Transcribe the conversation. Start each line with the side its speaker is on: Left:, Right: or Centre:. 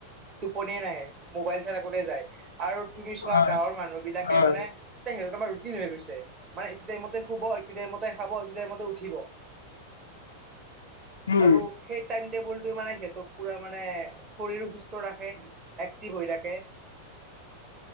Right: তটোপনি নাই। মোবাইল চাৰা কোঠেই যায় আৰু তুমি চোৱা
Left: হয়
Right: গাঁৱৰ মানুহ বিলাকে
Left: হয়
Right: মানে, এ সিহঁত তোমাৰ কঠিন হৈ গৈছে মানে, এটি টাইমতে শুব, এটি টাইমতে খাব, এটো টাইমতে উঠিব
Left: উম
Right: আৰু সেই টাইম টেবুলটোে মানে সিহঁতক পুৰা মানে, শৰীৰো সুস্থ ৰাখে এক্টিভ হৈ থাকে